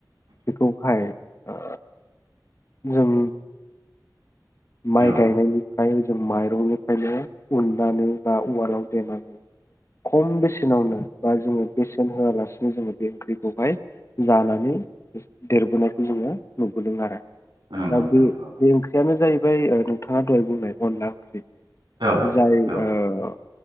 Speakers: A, on the left; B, on the right.
A: बेखौहाय ओ जों माइ
B: औ
A: गायनायनि फाय जों माइरंनिफ्रायनो उननानै बा उवालाव देनानै खम बेसेनावनो बा जोङो बेसेन होआलासिनो जोङो बे ओंख्रिखौहाय जानानै देरबोनायखौ जोङो नुदों। गुदों आरो
B: नंगौ
A: दा
B: नोंथां
A: बे बे ओंख्रियानो जाहैबाय नोंथाङा दहाय बुंनाय अनला ओंख्रि।
B: औ
A: जाय
B: औ
A: ओ